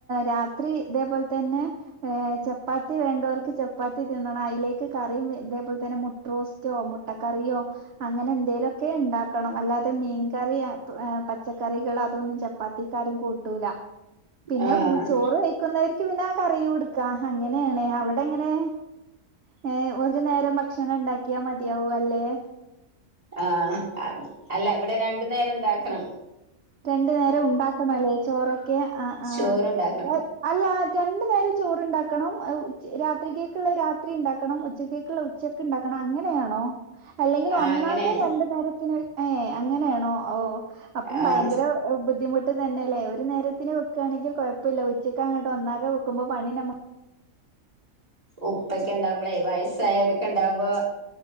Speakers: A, on the right; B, on the right.
A: രാത്രി ഇതേപോൽ തന്നെ ഹ ചപ്പാത്തി വേണ്ടവർക്ക് ചപ്പാത്തി തിന്നണം അയിലേക്ക് കറിയും ഇതേ തന്നെ മുട്ട്റോസ്റ്റോ മുട്ടക്കറിയോ അങ്ങനെ എന്തേലുക്കെ ഉണ്ടാക്കണം അല്ലാതെ മീൻകറി പച്ചക്കറികൾ അതൊന്നും ചപ്പാത്തിക്കാരും കൂട്ടൂല പിന്നെ
B: ആഹ്
A: ചോറ് കഴിക്കുന്ന ന്നക് പിന്നെ ആ കറിമെടുക്കം അങ്ങനെയണ് അവിടെങ്ങനെ നേ ഒരു നേരം ബ ക്ഷണം ഉണ്ടാക്കിയാൽ മതിയാവും അല്ലെ
B: ആ അ അല്ല ഇവിടെ രണ്ടു നേരം ഇണ്ടാ ക്ണം
A: രണ്ടു നേരം ഉണ്ടാക്കണല്ലേ ചോറൊക്കെ ആ ആ
B: ചോറുണ്ടാക്കണം
A: പോയി അല്ല രണ്ടു നേരം ചോറണ്ടാക്കണം ആ ഉച്ച രാത്രി കേക്കുള്ള രാത്രി ഉണ്ടാക്കണം ഉച്ചത്തെ കുള്ള ഉച്ചക്ക്ണ്ടാക്കണം അങ്ങനെ അങ്ങനെ ആണോ അല്ലെങ്കിൽ
B: ആഹ്
A: ഒന്നാകെ
B: അങ്ങനെയാണ്
A: രണ്ടു നേരത്തിന് ഏ അങ്ങനെയാണോ ഓ ഇപ്പം ബയങ്കര
B: ആഹ്
A: ബുദ്ധിമുട്ട് തന്നെല്ലേ ഒരു നേര ത്തിന് വെക്കാണെങ്കിൽ കൊഴപ്പില്ല ഉച്ചക്ക് അങ്ങട്ട് ഒന്നാകെ വെക്കുമ്പോ പണിന്നെ നമ
B: ഉപ്പൊക്കെ ണ്ടാവുമ്പളേ വയസ്സ് സയരൊക്കെണ്ടാവുമ്പോ